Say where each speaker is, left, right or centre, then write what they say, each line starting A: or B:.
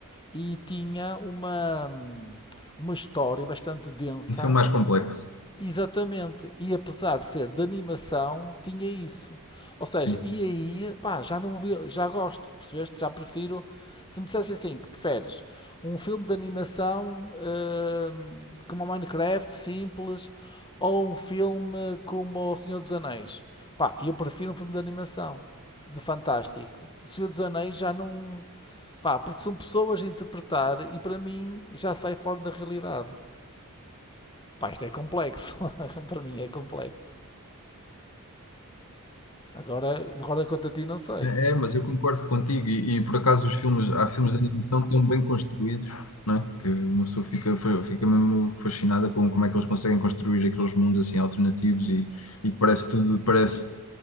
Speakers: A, on the left; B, on the left.
A: e tinha uma hum, uma história bastante densa
B: Um filme mais complexo.
A: Exatamente. E apesar de ser de animação, tinha isso. Ou seja,
B: sim.
A: ia ia, pá, já não vi, já gosto, percebeste? Já prefiro. Se me dissesse assim, que preferes um filme de animação hum, como o Minecraft, simples, ou um filme como O Senhor dos Anéis? Pá, eu prefiro um filme de animação, de fantástico. O Senhor dos Anéis já não. Pá, porque são pessoas a interpretar e para mim já sai fora da realidade. Pá, isto é complexo. <laughs> Para mim é complexo. Agora, agora quanto a ti, não sei.
B: É, é, mas eu concordo contigo e, e, por acaso os filmes, há filmes de animação tão bem construídos, não é? Que uma pessoa fica, fa- fica mesmo fascinada com como é que eles conseguem construir aqueles mundos assim alternativos e, e que parece tudo, parece